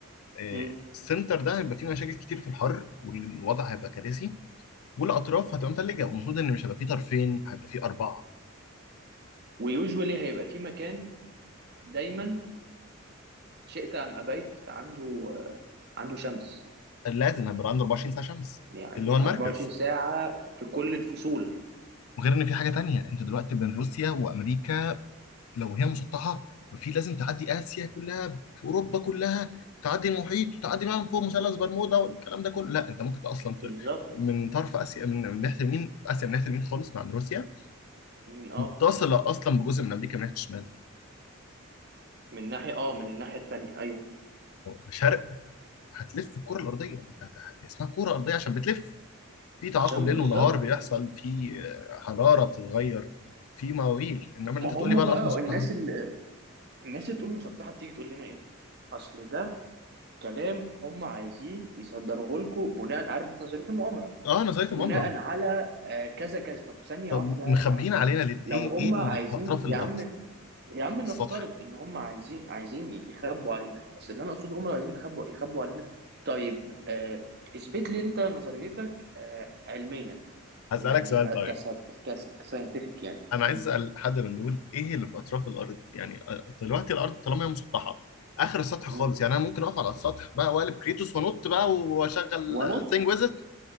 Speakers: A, on the left (about 80°); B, on the right (about 50°).
A: آه،
B: م.
A: السنتر ده هيبقى فيه مشاكل كتير في الحر والوضع هيبقى كارثي والاطراف هتبقى متلجه والمفروض ان مش هيبقى فيه طرفين هيبقى فيه اربعه
B: ويوجوالي هيبقى في مكان دايما شئت ام ابيت عنده عنده شمس
A: لازم هيبقى عنده 24 ساعه شمس
B: يعني
A: اللي هو المركز
B: 24 ساعة في كل الفصول
A: وغير ان في حاجه تانيه انت دلوقتي بين روسيا وامريكا لو هي مسطحه ففي لازم تعدي اسيا كلها اوروبا كلها تعدي المحيط وتعدي بقى من فوق مثلث برمودا والكلام ده كله لا انت ممكن اصلا ت-
B: بالظبط
A: من طرف اسيا من من ناحيه اليمين اسيا من ناحيه اليمين خالص مع روسيا
B: من اه
A: متصله اصلا بجزء من امريكا من ناحيه الشمال
B: من ناحية اه من الناحية التانية ايوه
A: فشرق هتلف الكره الارضيه ما انت هت- اسمها كره ارضيه عشان بتلف في تعاقب
B: عشان
A: ليل
B: بالظبط
A: ونهار بيحصل في آه، حراره بتتغير في مواويل انما إن انت
B: ما هم
A: تقول لي بقى الارض
B: بقى
A: مسطحه
B: الناس اللي الناس اللي تقول مسطحة بتيجي تقول لنا ايه اصل ده كلام هم عايزين يصدروه لكم بناء عارف انت نظرية المؤامرة
A: اه نظريه
B: بناء
A: المؤامره
B: على آه، كذا كذا طب ثانية
A: طب
B: واحدة
A: مخبيين
B: يا عمنا
A: علينا ليه؟
B: لو
A: ايه
B: هم
A: ايه اللي
B: عايزين
A: في اطراف
B: يا
A: الارض
B: عم يا عم نفترض
A: السطح
B: ان هم عايزين عايزين ي- يخبوا علينا بس اللي انا اقصده هم لو عايزين يخبوا يخبوا علينا طيب آه، اثبت لي انت نظريتك آه، علميا
A: هسألك
B: يعني
A: سؤال
B: ك ك
A: طيب
B: كساينتفك يعني
A: أنا
B: م-
A: عايز أسأل حد من دول إيه اللي في أطراف الأرض؟ يعني أ- دلوقتي الأرض طالما هي مسطحة آخر السطح
B: م.
A: خالص يعني أنا ممكن أقف على السطح بقى وأقلب كريتوس وأنط بقى وأشغل
B: ونط
A: ثينج ويزت